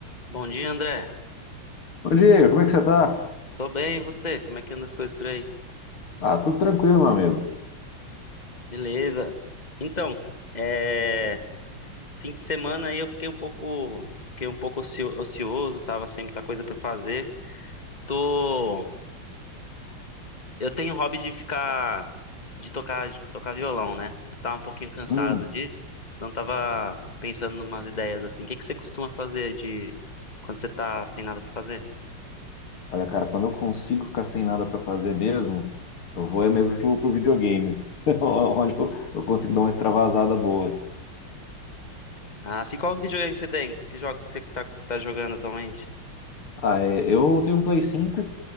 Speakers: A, on the left (about 20°); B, on the left (about 85°).
A: Bom dia, André.
B: Bom Diego, como é que você tá?
A: Tô bem, e você? Como é que andam as coisas por aí?
B: Ah, tudo tranquilo, meu amigo.
A: Beleza. Então, é... fim de semana aí eu fiquei um pouco, fiquei um pouco ocio- ocioso, tava sem muita coisa pra fazer. Tô, eu tenho o hobby de ficar, de tocar, de tocar violão, né? Eu tava um pouquinho cansado
B: Hum,
A: disso, então tava pensando numas ideias assim. O que que você costuma fazer de quando você tá sem nada pra fazer?
B: olha, cara, quando eu consigo ficar sem nada pra fazer mesmo, eu vou é mesmo pro, pro videogame, <laughs> onde eu, eu consigo dar uma extravasada boa.
A: Ah, se qual videogame que você tem? Que jogos você tá, tá jogando atualmente?
B: Ah, é, eu tenho um Play 5